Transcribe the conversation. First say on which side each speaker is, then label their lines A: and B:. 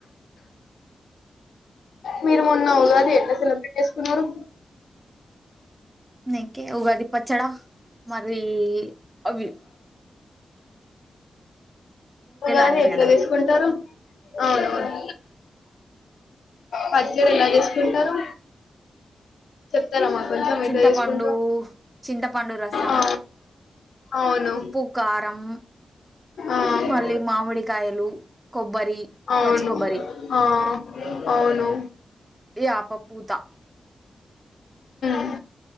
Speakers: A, on the left; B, on the right.
A: మీరు మొన్న ఉగాది ఎట్లా సెలబ్రేట్ చేస్కున్నారు
B: ఇంకే ఉగాది పచ్చడా మరి అవ్వి
A: ఉగాది
B: అంటారు
A: ఎట్లా
B: కదా
A: చేస్కుంటారు అవునవును పచ్చడి ఎలా చేస్కుంటారు చెప్ ప్తారా మాక్ కొంచెం
B: చింతపండు
A: ఏట్లా చేస్కుంటారో
B: చింతపండు రసం
A: ఆ అవును
B: ఉప్పు కారం
A: ఆ
B: మల్లీ మామిడికాయలు కొబ్బరి
A: అవును
B: పచ్చి కొబ్బరి
A: ఆ అవును
B: యాప పూతా
A: మ్